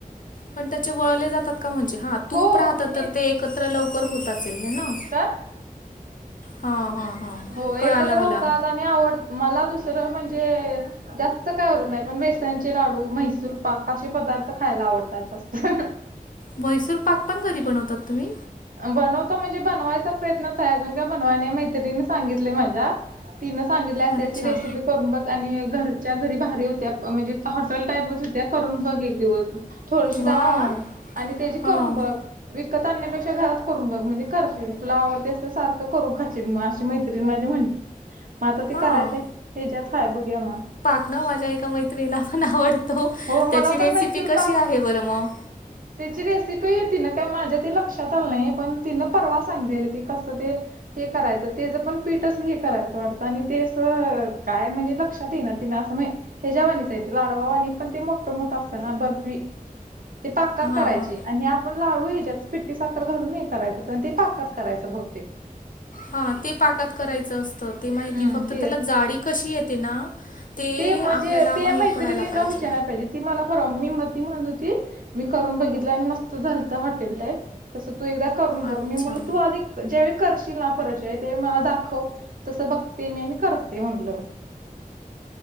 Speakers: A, on the left; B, on the right.
A: पण त्याचे वळले जातात का म्हणजे हा तूप
B: हो
A: राहतं
B: मी
A: तर ते एकत्र लवकर होतात ना
B: का
A: ह ह हा
B: हो एकत्र
A: कळ आला वाला
B: होतात आवड मला दुसरं म्हणजे जास्त काय आवडत नाही पण बेसनचे लाडू म्हैसूर पाक असे पदार्थ खायला आवडतात जास्त
A: म्हैसूर पाक पण घरी बनवतात तुम्ही
B: बनवता म्हणजे बनवायचा प्रयत्नत आहे अजून काय बनवाय नाही मैत्रिणी सांगितलेय माझ्या तिनं सांगितली असे
A: अच्छा
B: अशी रेसिपी करून बघ आणि घरच्या घरी बाहेारी होत्या म्हणजे हॉटेल टाईपच होत्या करून बघ एक दिवस थोडीशी डाान
A: वाव
B: आणि त्याची
A: हां
B: करून बघ विकत आणण्यापेक्षा घरात करून बघ म्हणजे करशील तुला आवडते अस तर सारखं करून खाील मगशी माहि माझी म्हणते मग आता तेी
A: हां
B: करायचे हच्यात हाय बघू मग
A: न माझ्या एका मैत्रीणीला पण आवडतो
B: हो मला
A: त्याची रेसिपी
B: पण मैसूर
A: कशी
B: पाक
A: आहे बरं मग
B: त्याची रेसिपी तिनं काय माझ्या ते लक्षात आलं नाही पण तिनं परवा सांगलेलं ती कसं ते हे करायचं तेच पण पीठच हे करायचं वाटत आणि ते असं काय म्हणजे लक्षात येई ना तिने असं माहि ह्या जवानीच येते लाडवावाणी पण ते मोठ मोठं असतं ना बर्फी तकात
A: हां
B: करायची
A: हां
B: आणि आपण लाडू ह्याच्यात पिट्टी साखर घलून ह करायचं पण ते पाकात करायचं बहुतेक
A: हा ते पाकात करायचं असतं ते माहिती
B: हम्म
A: फक्त
B: तेच
A: त्याला जाडी कशी येते ते
B: म्हणजे
A: आपल्याला
B: ते
A: माहित
B: मैत्रिणीला
A: पडायला पाहिजे
B: विचारायला ती मला फरव मी मती म्हणजू त मी करून बघितलं आणि मस्त झालत हॉटेल टाईप तसं तू एकदा करून बघ
A: अच्छा
B: मी मुलं तू आधिक जेवे करशील ना परजय ते मला दाखव तसं बघते मी आणि करते म्हणलं